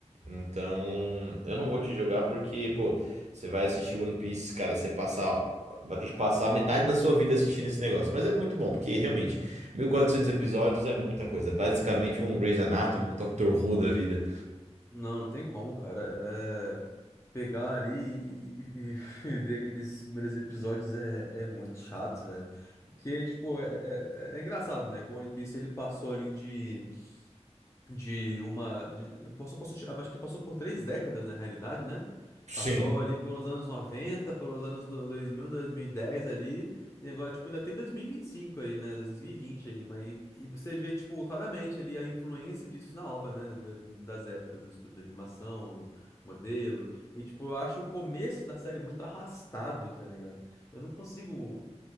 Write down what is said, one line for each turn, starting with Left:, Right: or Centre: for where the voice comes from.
Right: Então, eu
Left: Uhum.
Right: não vou te julgar porque, pô, você vai assistir One Piece, cara, você passar. Vai ter que passar metade da sua vida assistindo esse negócio. Mas é muito bom, porque realmente, 1400 episódios é muita coisa. É basicamente um Grey's Anatomy, um Doctor Who da vida.
Left: Não, não tem como, cara. É... Pegar ali e, e- e- <laughs> e ver aqueles primeiros episódios é, é muito chato, velho. Porque, tipo, é, é, é é engraçado, né? Que o One Piece ele passou ali de de uma. De, passou, passou, acho que passou por três décadas, na realidade, né?
Right: Sim,
Left: Passou ali pelos anos 90, pelos anos do- 2000, dez ali, e agora, tipo, ainda tem dois mil e e vinte e cinco aí, né? dois mil e vinte aí, mas e, e você vê, tipo, claramente ali a influência disso na obra, né? da- Das épocas, o estudo de animação, o modelo, e, tipo, eu acho o começo da série muito arrastado, tá ligado? Eu não consigo